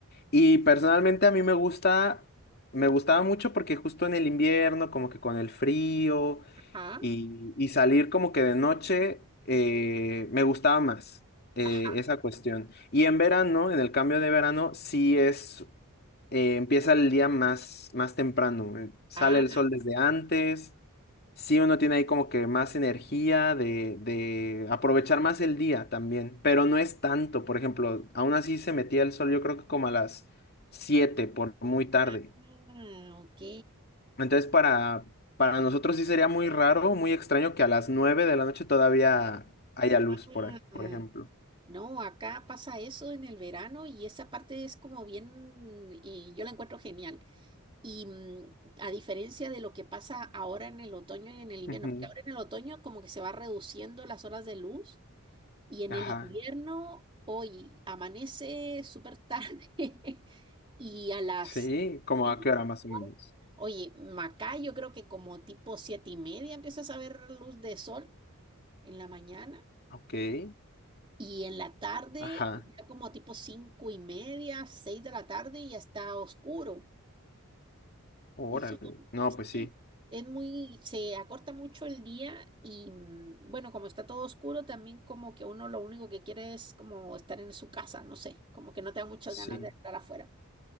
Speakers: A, on the left; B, on the right.
A: Y personalmente a mí me gusta, me gustaba mucho porque justo en el invierno, como que con el frío
B: Ajá,
A: y, y salir como que de noche, eh, me gustaba más eh,
B: ajá.
A: esa cuestión. Y en verano, en el cambio de verano, sí es, eh, empieza el día más, más temprano, eh, sale
B: Ah,
A: el sol desde antes. Sí, uno tiene ahí como que más energía de, de aprovechar más el día también, pero no es tanto. Por ejemplo, aún así se metía el sol, yo creo que como a las 7 por muy tarde.
B: ah, ok.
A: Entonces, para, para nosotros sí sería muy raro, muy extraño que a las 9 de la noche todavía haya luz,
B: Ah,
A: por, ej- por ejemplo.
B: No, acá pasa eso en el verano y esa parte es como bien, eh, yo la encuentro genial. Y mm, a diferencia de lo que pasa ahora en el otoño y en el invierno,
A: Ujú.
B: porque ahora en el otoño como que se va reduciendo las horas de luz. Y en
A: Ajá.
B: el invierno, hoy amanece súper tarde <laughs> y a las
A: Sí, como
B: 5,
A: a qué hora más o menos.
B: oye, Macá, yo creo que como tipo siete y media empiezas a ver luz de sol en la mañana
A: Ok.
B: y en la tarde
A: Ajá.
B: ya como tipo cinco y media, seis de la tarde ya está oscuro.
A: Órale.
B: Eso,
A: No, pues sí.
B: sí, es muy, se acorta mucho el día y mm, bueno, como está todo oscuro, también como que uno lo único que quiere es como estar en su casa, no sé, como que no te da muchas
A: Sí.
B: ganas de estar afuera.